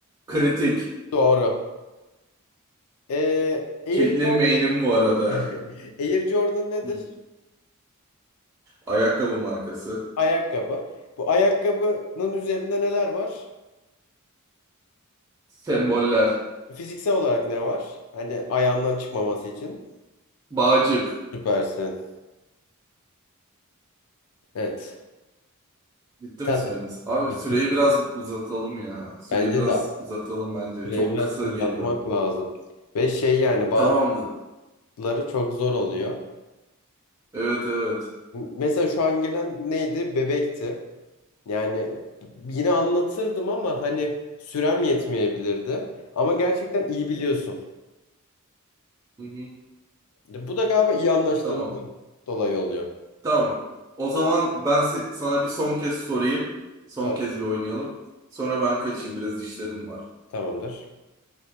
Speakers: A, on the right (about 15°); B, on the left (about 75°).
A: Kritik.
B: Doğru. Ee, Air
A: Caitlyn
B: Jordan
A: May'nin bu arada.
B: <laughs> Air Jordan nedir?
A: Hı. Ayakkabı markası.
B: Ayakkabı. Bu ayakkabının üzerinde neler var?
A: Semboller.
B: Fiziksel olarak ne var? Hani ayağından çıkmaması için.
A: Bağcık.
B: Süpersin. Evet.
A: Bitti
B: Sen
A: mi süremiz?
B: de
A: Abi
B: bilirsin.
A: süreyi biraz uzatalım ya. Süreyi
B: Bence
A: biraz
B: de
A: uzatalım bence.
B: süreyi
A: Çok
B: biraz
A: kısa
B: uzatmak
A: geliyor.
B: lazım. Ve şey yani
A: Tamamdır.
B: bazıları çok zor oluyor.
A: Evet evet.
B: Mesela şu an gelen neydi? Bebekti. Yani yine anlatırdım ama hani sürem yetmeyebilirdi. Ama gerçekten iyi biliyorsun.
A: Hı hı.
B: Bu da galiba iyi anlaştığımızdan
A: Tamam.
B: dolayı oluyor.
A: Tamam. O zaman ben se- sana bir son kez sorayım. Son
B: Sor.
A: kez bir oynayalım. Sonra ben kaçayım. Biraz işlerim var.
B: Tamamdır.